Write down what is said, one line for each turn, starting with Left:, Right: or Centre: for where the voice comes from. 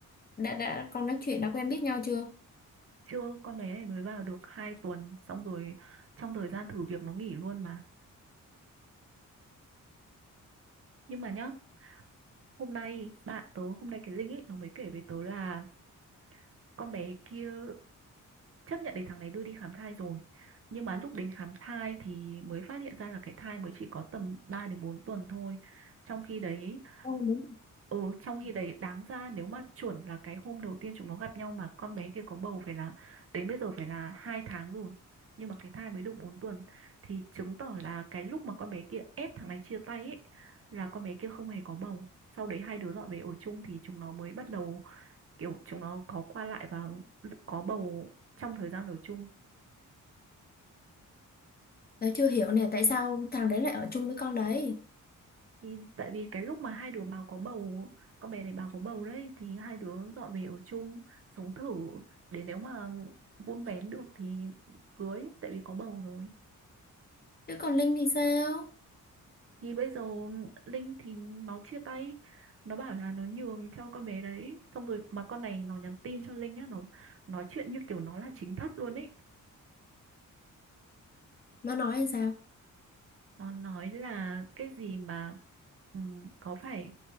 Left: đã đã con nói chuyện đã quen biết nhau chưa
Right: chưa con bé này mới vào được hai tuần xong rồi trong thời gian thử việc nó nghỉ luôn mà nhưng mà nhá hôm nay bạn tớ hôm nay cái Linh ấy nó mới kể với tớ là con bé kia chấp nhận để thằng này đưa đi khám thai rồi nhưng mà lúc đến khám thai thì mới phát hiện ra là cái thai mới chỉ có tầm 3 đến 4 tuần thôi trong khi đấy
Left: Con đúng.
Right: ừ trong khi đấy đáng ra nếu mà chuẩn là cái hôm đầu tiên chúng nó gặp nhau mà con bé kia có bầu phải là đến bây giờ phải là hai tháng rồi nhưng mà cái thai mới được bốn tuần thì chứng tỏ là cái lúc mà con bé kia ép thằng này chia tay ấy là con bé kia không hề có bầu sau đấy hai đứa dọn về ở chung thì chúng nó mới bắt đầu kiểu chúng nó có qua lại và có bầu trong thời gian ở chung
Left: Tớ chưa hiểu nè tại sao thằng đấy lại ở chung với con đấy
Right: thì tại vì cái lúc mà hai đứa báo có bầu con bé này báo có bầu đấy thì hai đứa dọn về ở chung sống thử để nếu mà vun vén được thì cưới tại vì có bầu rồi
Left: chứ còn Linh thì sao
Right: thì bây giờ Linh thì nó chia tay nó bảo là nó nhường cho con bé đấy xong rồi mà con này nó nhắn tin cho Linh á nó nói chuyện như kiểu nó là chính thất luôn ấy
Left: nó nói là sao
Right: nó nói là cái gì mà ừm, có phải